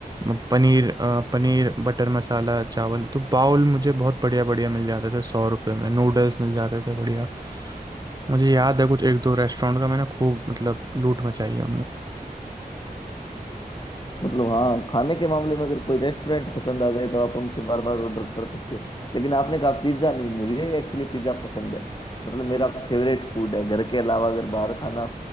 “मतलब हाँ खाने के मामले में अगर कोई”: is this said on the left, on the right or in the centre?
Left